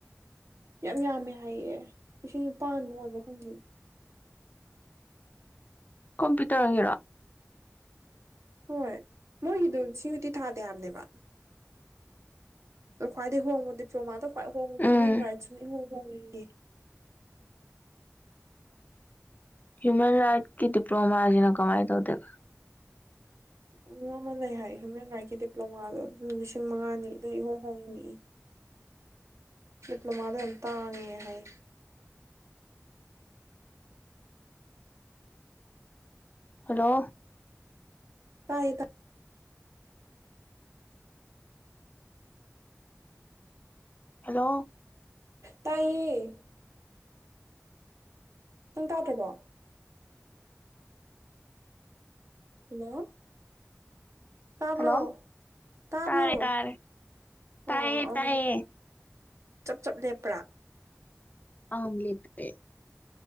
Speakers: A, on the right; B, on the left.
A: ꯌꯥꯝ ꯌꯥꯝꯃꯦ ꯍꯥꯏꯌꯦ ꯏ ꯄꯥꯟ ꯅꯨꯡꯉꯕ ꯈꯪꯗ
B: ꯀꯣꯝꯄ꯭ꯌꯨ ꯇꯧꯔꯒꯦꯔꯣ
A: ꯍꯣꯏ ꯃꯣꯏꯒꯤꯗꯨ ꯁꯤꯌꯨꯇꯤ ꯊꯥꯗ ꯌꯥꯝꯕꯅꯦꯕ ꯈꯋꯥꯗꯦ ꯍ ꯃꯦ ꯄꯤ ꯃꯥ ꯈ꯭ꯏ ꯍꯣꯡꯕꯗ
B: ꯎꯝ
A: ꯍ꯭ꯌꯃꯦꯟ ꯔꯥꯏꯠꯁꯨꯅ ꯏꯍꯨ ꯍꯦ
B: ꯍ꯭ꯌꯨꯃꯦꯟ ꯔꯥꯏꯠꯀꯤ ꯗꯤꯄ꯭ꯂꯣꯃꯥꯁꯤꯅ ꯀꯃꯥꯏꯅ ꯇꯧꯗꯦꯕ
A: ꯑꯗꯨꯝ ꯑꯃ ꯂꯩ ꯍꯥꯏ ꯍ꯭ꯌꯨꯃꯦꯟ ꯔꯥꯏꯠꯀꯤ ꯗꯤꯄ꯭ꯂꯣꯃꯥꯗꯣ ꯑꯗꯨꯝ ꯂꯤꯁꯤꯡ ꯃꯉꯥꯅꯤ ꯑꯗꯨ ꯏꯍꯣꯡ ꯍꯣꯡꯅꯤ ꯗꯤꯄ꯭ꯂꯣꯃꯥꯗꯣ ꯌꯥꯝ ꯇꯥꯡꯉꯦ ꯍꯥꯏ
B: ꯍꯜꯂꯣ
A: ꯇꯥꯏꯌꯦ ꯇ
B: ꯍꯂꯣ
A: ꯇꯥꯏꯌꯦ ꯅꯪ ꯇꯥꯗ꯭ꯔꯕꯣ ꯍꯜꯂꯣ ꯇꯥꯕ꯭ꯔꯣ
B: ꯍꯜꯂꯣ
A: ꯇꯥꯕ꯭ꯔꯣ
B: ꯇꯥꯔꯦ ꯇꯥꯔꯦ ꯇꯥꯏꯌꯦ
A: ꯑꯣ
B: ꯇꯥꯏꯌꯦ
A: ꯑ ꯆꯞ ꯆꯞ ꯂꯦꯞꯄ꯭ꯔꯥ
B: ꯑꯂꯤ ꯄꯦ